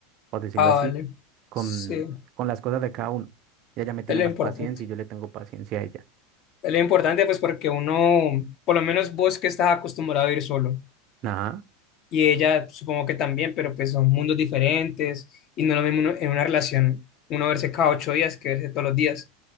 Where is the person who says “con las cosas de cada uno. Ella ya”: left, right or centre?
Right